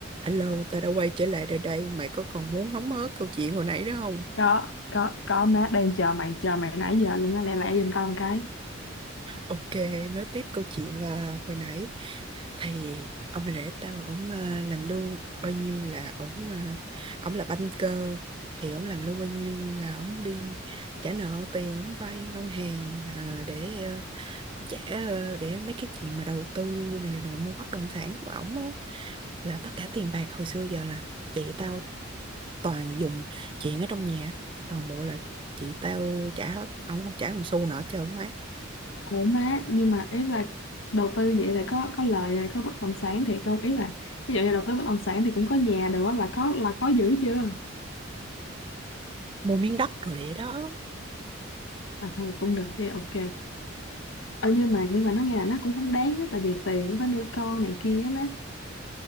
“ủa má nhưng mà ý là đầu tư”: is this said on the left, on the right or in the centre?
Left